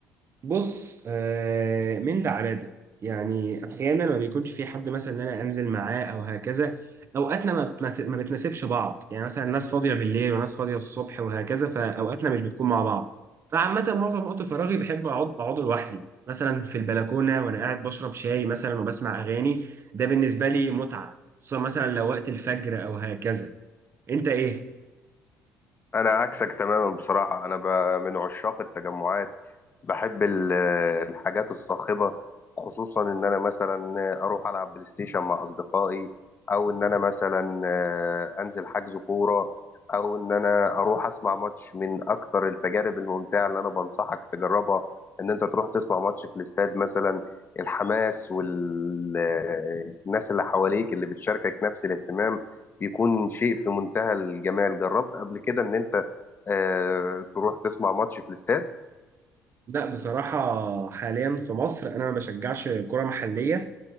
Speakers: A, on the right; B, on the left.
A: بص آه، من ده على ده يعني احيانا ما بيكونش في حد مثلا ان انا انزل معاه او هكذا اوقاتنا ما بتنت- ما بتناسبش بعض يعني مثلا ناس فاضيه بالليل وناس فاضيه الصبح وهكذا فاوقاتنا مش بتكون مع بعض فعامه معظم وقت فراغي بحب اقعد اقعده لوحدي مثلا في البلكونه وانا قاعد بشرب شاي مثلا وبسمع اغاني ده بالنسبه لي متعه خصوصا مثلا لو وقت الفجر او هكذا انت ايه؟
B: انا عكسك تماما بصراحه انا ب- من عشاق التجمعات بحب ال- الحاجات الصاخبه خصوصا ان انا مثلا اروح العب بلاي ستيشن مع اصدقائي او ان انا مثلا آه، انزل حجز كوره او ان انا اروح اسمع ماتش من اكتر التجارب الممتعه اللي انا بنصحك تجربها ان انت تروح تسمع ماتش في الاستاد مثلا الحماس والناس اللي حواليك اللي بتشاركك نفس الاهتمام بيكون شيء في منتهى الجمال جربت قبل كده ان انت آه، تروح تسمع ماتش في الاستاد
A: لا بصراحه حاليا في مصر انا ما بشجعش كره محليه